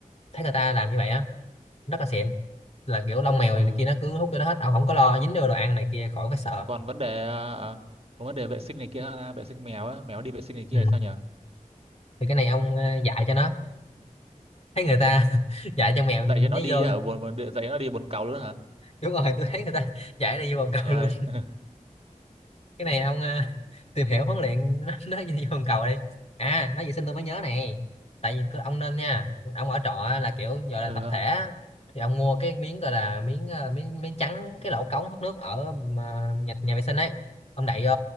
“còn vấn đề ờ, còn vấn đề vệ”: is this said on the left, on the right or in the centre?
Right